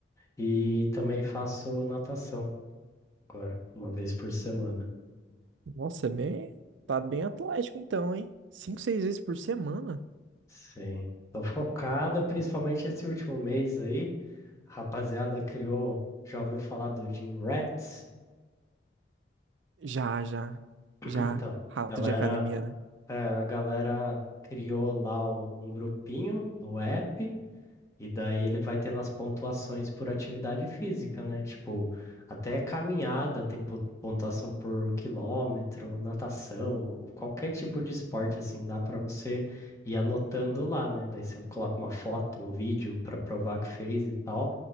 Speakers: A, on the left (about 15°); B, on the right (about 80°).
A: e também faço natação agora, uma vez por semana.
B: Nossa, é bem. Tá bem atlético então, hein? Cinco, seis vezes por semana?
A: Sim. Tô focado, principalmente esse último mês aí. Rapaziada criou, já ouviu falar do Gym Rats?
B: Já, já. Já.
A: Então,
B: Rato
A: galera,
B: de academia, né?
A: é, a galera criou lá um grupinho no app e daí ele vai tendo as pontuações por atividade física, né? Tipo, até caminhada tem po- pontuação por quilômetro, natação, qualquer tipo de esporte assim, dá pra você ir anotando lá, né? Daí você coloca uma foto, um vídeo pra provar que fez e tal,